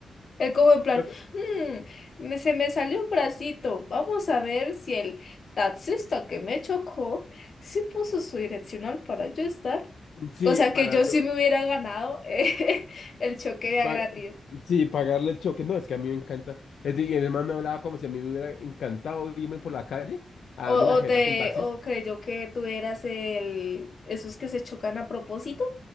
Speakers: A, on the left; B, on the left.
A: Es como en plan,
B: lo-
A: "Mm, me- se me salió un bracito. Vamos a ver si el taxista que me chocó sí puso su direccional para yo estar.
B: sí,
A: O sea
B: para
A: que yo
B: yo,
A: sí me hubiera ganado eh, <laughs> el choque de
B: pa-
A: a gratis.
B: sí, pagarle el choque. No, es que a mí me encanta. Es de- y el man me hablaba como si a mí me hubiera encantado irme por la calle a
A: O,
B: darme
A: o
B: la jeta
A: te,
B: con taxis.
A: o creyó que tú eras el, esos que se chocan a propósito